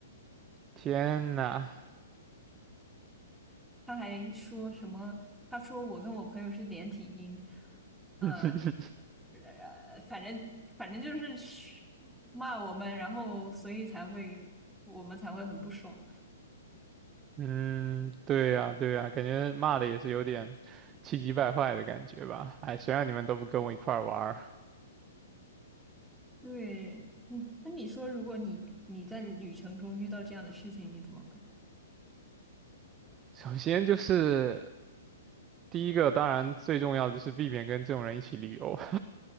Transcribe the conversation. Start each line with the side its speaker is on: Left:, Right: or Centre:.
Right: 天呐，
Centre: 他还说什么？他说我跟我朋友是连体婴，呃，
Right: <laughs>
Centre: 呃反正反正就是骂我们，然后所以才会我们才会很不爽。
Right: 嗯，对呀，对呀，感觉骂的也是有点气急败坏的感觉吧。哎，谁让你们都不跟我一块儿玩儿
Centre: 对，嗯，那你说，如果你你在旅程中遇到这样的事情，你怎么办？
Right: 首先就是第一个当然最重要的就是避免跟这种人一起旅游，